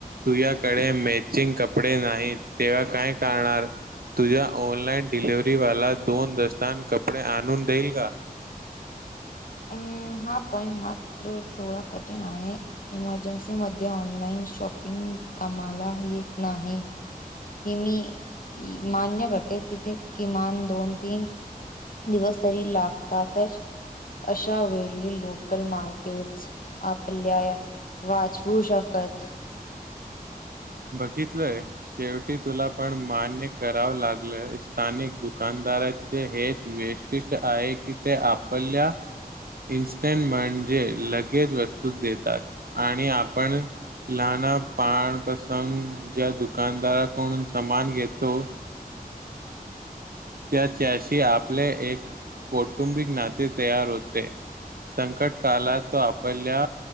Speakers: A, on the right (about 80°); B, on the left (about 65°).
A: तुया क कडे मॅचिंग कपडे नाही तेव्हा काय करणार तुझ्या ऑनलाईन डिलिव्हरीवाला दोन दस्तांन कपडे आणून देईल का
B: अं हा पॉइंट मात्र थोडा कठीण आहे इमर्जन्सी म ऑनलाइन शॉपिंग कामाला येत नाही हे मी मान्य करते तिथे किमान दोन तीन दिवस तरी लागतातच अशा वेली लोकल मार्केट्स आपल्या वाचवू शकत
A: बघितलंय शेवटी तुला पण मान्य करावं लागल स्थानिक दुकानदाराचे हेच वेस् उिष्ट आहे कि ते आपल्या. इन्स्टंट म्हणजे लगेच वस्तू देतात आणि आपण लना पाणपसंग ज्या दुकानदाराकडून सामान घेतो त्या शी आपले एक कौटुंबिक नाते तयार होते संकट कालात तो आपल्या